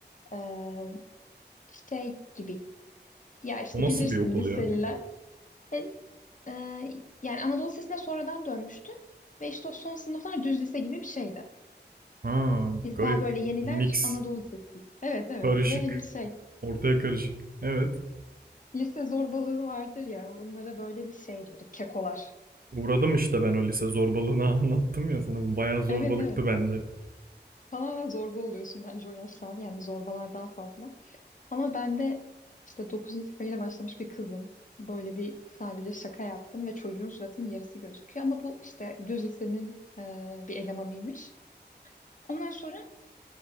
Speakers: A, on the left; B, on the right.
A: ee, şey gibi ya işte
B: O nasıl
A: bilirsin
B: bir okul
A: liseliler
B: ya?
A: ve, e, yani Anadolu Lisesi'ne sonradan dönmüştü ve işte o son sınıflar düz lise gibi bir şeydi
B: Ha,
A: biz
B: garip.
A: daha böyle yeniler
B: Mix.
A: Anadolu Lisesi evet evet
B: Karışık.
A: ve hani şey
B: Ortaya karışık. Evet.
A: lise zorbalığı vardır ya onlara böyle bir şey diyorduk kekolar
B: Uğradım işte ben o lise zorbalığına <laughs> anlattım ya sana. Bu bayağı zorbalıktı
A: evet evet
B: bence.
A: tamamen zorba oluyorsun bence o yaşlarda yani zorbalar daha fazla Ama ben de işte dokuzuncu sınıfa yeni başlamış bir kızım. Böyle bir sadece şaka yaptım ve çocuğun suratının yarısı gözüküyor. Ama bu işte düz lisenin e, bir elemanıymış. Ondan sonra